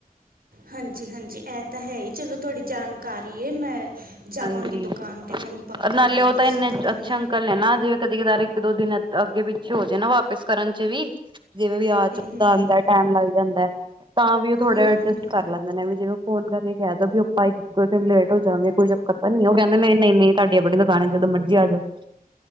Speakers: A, on the right; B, on the right.
A: ਹਾਂਜੀ- ਹਾਂਜੀ ਇਹ ਤਾਂ ਹੈ ਹੀ ਚਲੋ ਤੁਹਾਡੀ ਜਾਣਕਾਰ ਇਹ ਮੈਂ ਜਾਵਾਂਗੀ
B: ਹਾਂਜੀ
A: ਦੁਕਾਨ 'ਤੇ ਹੁਣ ਪੱਕਾ
B: ਨਾਲੇ
A: ਕੱਲ੍ਹ
B: ਉਹ
A: ਪਰਸੋਂ
B: ਤਾਂ ਇੰਨੇ
A: ਤੱਕ ਨਾ
B: ਅੱਛੇ
A: ਹੂੰ
B: ਅੰਕਲ ਨੇ ਨਾ ਜਿਵੇਂ ਕਦੇ ਕਦਾਰ ਇੱਕ ਦੋ ਦਿਨ ਅੱਗੇ ਪਿੱਛੇ ਹੋ ਜਾ ਨਾ ਵਾਪਿਸ ਕਰਨ ਚ ਵੀ ਜਿਵੇਂ ਵਿਆਜ ਚ
A: ਹੂੰ
B: ਆਦਾ ਟੈਮ ਲੱਗ ਜਾਂਦਾ ਐ। ਤਾਂ ਵੀ ਉਹ ਥੋੜ੍ਹਾ
A: ਹੂੰ
B: ਜਹਾ ਅਡਜਸਟ
A: ਹੂੰ
B: ਕਰ ਲੈਂਦੇ ਨੇ ਵੀ ਜੇ ਉਹ ਫੋਨ ਕਰਕੇ ਕਹਿ ਦਓ ਵੀ ਆਪਾਂ ਇੱਕ ਦਿਨ ਲੇਟ ਹੋ ਜਾਵਾਂਗੇ ਕੋਈ ਪਤਾ ਨੀ ਉਹ ਕਹਿੰਦੇ ਨਹੀਂ ਨਹੀਂ ਨਹੀਂ ਤੁਹਾਡੀ ਆਪਣੀ ਦੁਕਾਨ ਹੈ ਜਦੋਂ ਮਰਜੀ ਆ ਜਾਓ।